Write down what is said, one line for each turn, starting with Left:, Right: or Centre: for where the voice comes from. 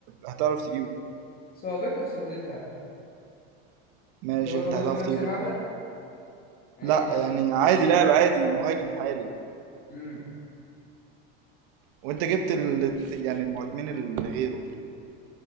Right: هتعرف تجيبه
Left: صعوبتها في سهولتها
Right: ماشي
Left: انت برضه
Right: انت
Left: ماشي
Right: هتعرف
Left: بنفس
Right: تجيب
Left: المبدأ
Right: اللاعب
Left: ماشي
Right: لا يعني عادي لاعب عادي مهاجم حالي
Left: امم
Right: وانت جبت ال... يعني المهاجمين اللي غيره